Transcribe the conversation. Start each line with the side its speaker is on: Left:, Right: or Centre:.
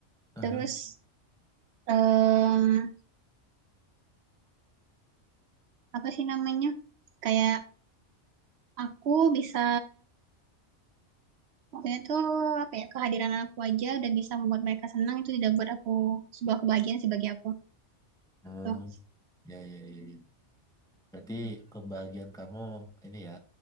Centre: Aha.
Right: Terus eh apa sih namanya? Kayak aku bisa maksudnya tuh apa ya kehadiran aku aja udah bisa membuat mereka senang itu tidak buat aku sebuah kebahagiaan sih bagi aku.
Centre: Hmm,
Right: Tuh.
Centre: ya, ya, ya, ya. Berarti kebahagiaan kamu ini ya